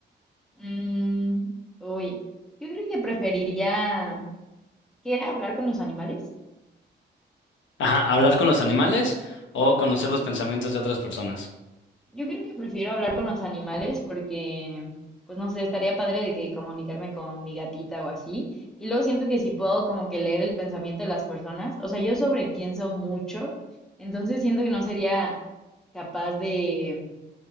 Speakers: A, in the centre; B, on the left (about 85°).
A: Mm, uy, yo creo que preferiría, ¿qué era hablar con los animales?
B: Ajá, hablar con los animales o conocer los pensamientos de otras personas.
A: Yo creo que prefiero hablar con los animales porque, pues no sé, estaría padre de que comunicarme con mi gatita o así. Y luego siento que si puedo como que leer el pensamiento de las personas, o sea, yo sobrepienso mucho, entonces siento que no sería capaz de